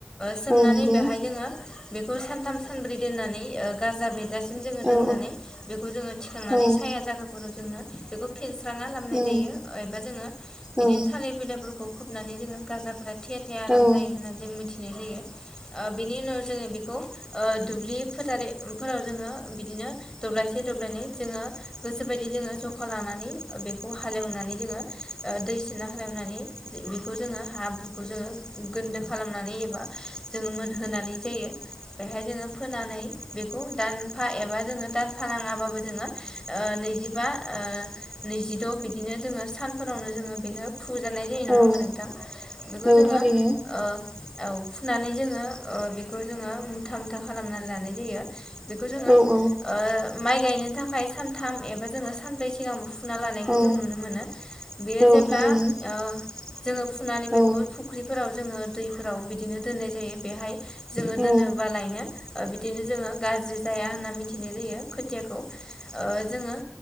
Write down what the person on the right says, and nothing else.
औ नंगौ
औ
औ
औ
औ
औ
औ
औ
थारैनो
औ औ
औ
औ
थारैनो
औ
औ